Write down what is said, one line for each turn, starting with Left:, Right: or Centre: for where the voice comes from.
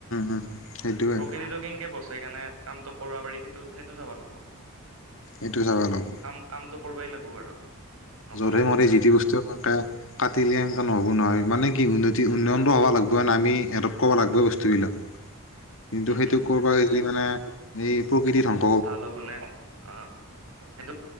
Left: উম সেইটোৱে
Right: প্ৰকৃতিটো কেনকে বচ সকাৰণে। কামটো কৰিব পাৰি সেইটো সেইটো চাব লাগিব।
Left: এইটো চাব অলপ।
Right: কাম কামটো কৰবাই লাগব বাৰু। নকলেও
Left: জধে মধে
Right: নহয়
Left: যিটি বস্তু সেনকে কাটিলে সেনকা নহ'ব নহয় মানে কি উন্নতি উন্নয়ন হব লাগব ন আমি এডপ্ট কৰিবব লাগিবই বস্তুবিলাক। কিন্তু
Right: উম
Left: সেইটোক
Right: উম
Left: কৰ'বা
Right: সেইটো
Left: গিলি
Right: হয়
Left: মানে এই প্ৰকৃতিৰ ধং
Right: ভাল হ'ব নে? অঁ, সেইটো